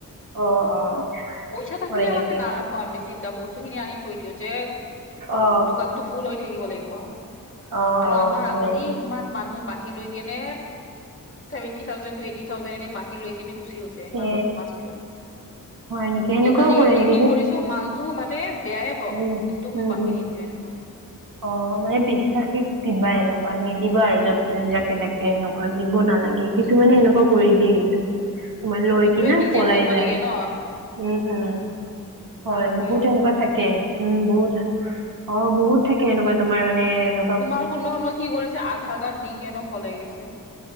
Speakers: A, on the right; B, on the left.
A: অ, অ।
B: পইচা থাকিলে
A: হয় নেকি
B: মানে নাৰাখো আমি। চিধা বস্তুখিনি আনি থৈ দিওঁ যে
A: অ
B: দোকানটো ফুল হৈ থাকিব লাগিব
A: অ
B: আৰু
A: অ
B: আমাৰ আগতে
A: হয় নেকি
B: ইমান মানুহে বাকী লৈ কেনে seventy thousand to eighty thousand এনে বাকী লৈ কেনে গুচি গৈছে। তেনেকুৱা
A: এ
B: বদমাচ,
A: হয় নেকি এনেকুৱাও
B: সেইকাৰণে
A: কৰে
B: এতিয়া
A: নেকি
B: কি কৰিছো মাল টো মানে বেয়াই হওক,
A: উম
B: কিন্তু
A: উম
B: মই বাকী
A: উম
B: নিদিওঁৱে নহয়।
A: অ মানে বিশ্বাসীক দিবা এনেকুৱা নিদিবা
B: উম
A: আৰু যত যাকে তাকে এনেকুৱা দিব নালাগে। কিছুমানে সেনেকুৱা কৰি
B: উম
A: দিয়ে কিন্তু। মানে লৈ
B: সেইটোৱে
A: কিনা
B: নিজে
A: পলাই
B: ভাবিব
A: যায়।
B: লাগে ন
A: উম, উম। হয়,
B: আমি
A: বহুত এনেকুৱা থাকে।
B: কি হম
A: উম বহুত, অ বহুত থাকে এনেকুৱা তোমাৰ মানে এনে
B: তোমাৰ কোনোবা কোনবাই কি কৰিছে আধাৰ কাৰ্ড দি কিনেও পলাই গৈছে।